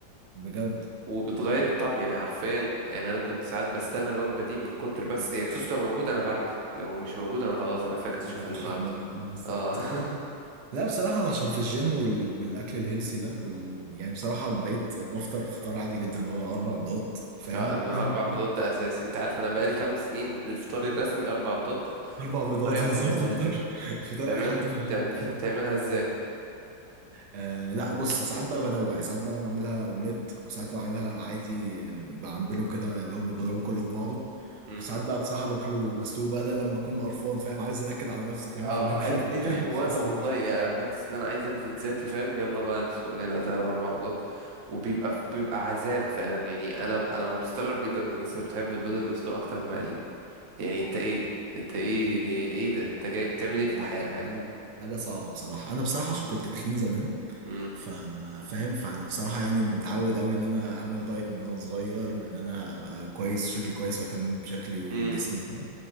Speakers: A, on the right; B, on the right.
A: بجد
B: وبتغير الطعم يعني حرفيا يعني انا كنت ساعات بستنى الوجبه دي من كتر بس يعني الصوص لو موجود انا بعمل لو مش موجود انا خلاص انا فاكس شوف
A: لا
B: النهارده
A: مش هعملها اه بالظبط
B: اه <laughs>
A: لا بصراحة أنا عشان في الجيم وال... والأكل الهيلسي ده وال... يعني بصراحة بقيت بفطر فطار عادي جدا اللي هو أربع بيضات فاهم
B: اه انا اربع
A: <laughs>
B: بيضات ده اساسي انت عارف انا بقالي خمس سنين الفطار الرسمي اربع بيضات
A: أربع بيضات
B: بطريقه
A: بالظبط
B: معينه
A: فطار
B: يعني.
A: فطار
B: بتعمل
A: أي حد في الجيم
B: بتعمل... <laughs>
A: فاهم
B: بتعملها ازاي
A: آه لا بص ساعات بقى بنوع يعني ساعات بقى بعملها أومليت وساعات بعملها عادي آه، بعمله كده اللي هو بضربه كله في بعضه
B: مم.
A: وساعات بقى بصراحة باكله مسلوق بقى ده لما أكون قرفان فاهم عايز أنكد على نفسي فاهم
B: اه
A: فباكله
B: اي
A: <laughs>
B: ايه ده هو
A: مسلوق
B: انا والله يعني حاسس ان انا عايز اجلد ذاتي فاهم يلا بقى نسلق لنا تلات اربع بيضات وبيبقى بيبقى عذاب فعلا يعني انا انا مستغرب جدا من الناس اللي بتحب البيض المسلوق اكتر من المقلي يعني انت ايه انت ايه ايه ده انت جاي بتعمل ايه في
A: لا
B: الحياة فاهم
A: حاجه حاجه صعبه بصراحه انا بصراحه عشان كنت تخين زمان
B: مم.
A: ف- فاهم فانا بصراحه يعني متعود قوي ان انا اعمل دايت من وانا صغير وان انا ابقى كويس شكلي كويس واهتم بشكلي وجسمي
B: مم.
A: وكده